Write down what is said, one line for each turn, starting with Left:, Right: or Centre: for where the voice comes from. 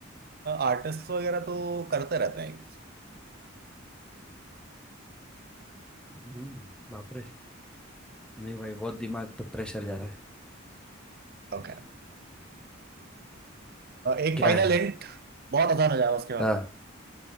Right: आर्टिस्ट वगैरह तो करते रहते हैं यूज
Centre: हम्म, बाप रे नहीं भाई बहुत दिमाग पे प्रेशर जा रहा है
Right: ओके एक
Centre: क्या
Right: फाइनल
Centre: है
Right: हिंट बहुत आसान हो जाएगा उसके बाद
Centre: हाँ